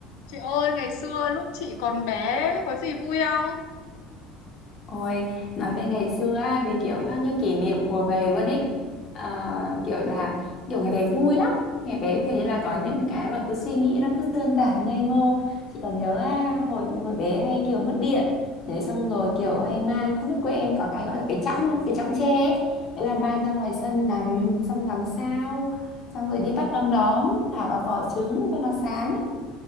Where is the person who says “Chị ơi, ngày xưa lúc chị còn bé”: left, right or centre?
Left